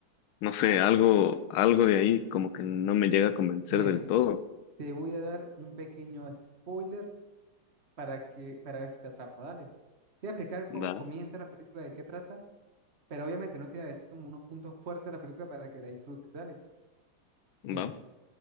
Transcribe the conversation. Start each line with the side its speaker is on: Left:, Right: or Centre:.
Left: no sé, algo, algo de ahí como que no me llega a convencer
Right: Mira,
Left: del todo.
Right: te voy a dar un pequeño spoiler para que, para ver si te atrapa, dale. Te voy a explicar cómo
Left: Va,
Right: comienza la película, de qué trata, pero obviamente no te voy a decir como unos puntos fuertes de la película para que la disfrutes, dale.
Left: va,
Right: Mira,